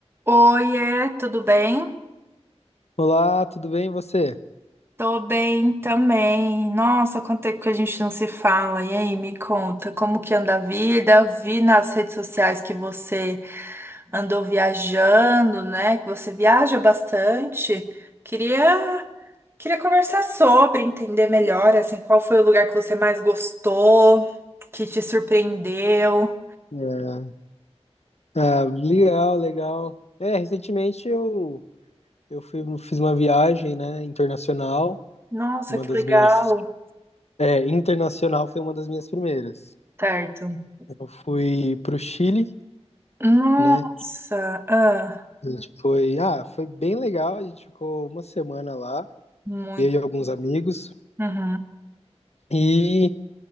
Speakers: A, on the right (about 20°); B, on the left (about 70°).
A: Oiê, tudo bem?
B: Olá, tudo bem e você?
A: Tô bem também. Nossa, quanto tempo que a gente não se fala. E aí, me conta, como que anda a vida? Vi nas redes sociais que você andou viajando, né? Que você viaja bastante. Queria, queria conversar sobre, entender melhor, assim, qual foi o lugar que você mais gostou, que te surpreendeu.
B: É, ah, legal, legal. É, recentemente eu, eu fui, fiz uma viagem, né, internacional,
A: Nossa,
B: uma
A: que
B: das
A: legal.
B: minhas, é, internacional foi uma das minhas primeiras.
A: Certo.
B: Eu fui pro Chile,
A: Nossa,
B: né,
A: ah,
B: a gente foi, ah, foi bem legal, a gente ficou uma semana lá,
A: muito.
B: eu e alguns amigos,
A: Uhum,
B: e